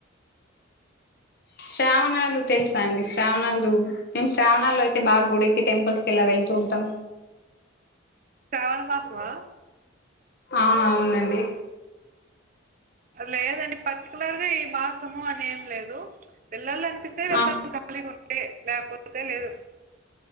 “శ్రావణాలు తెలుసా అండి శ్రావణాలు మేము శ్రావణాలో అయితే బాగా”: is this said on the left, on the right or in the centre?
Left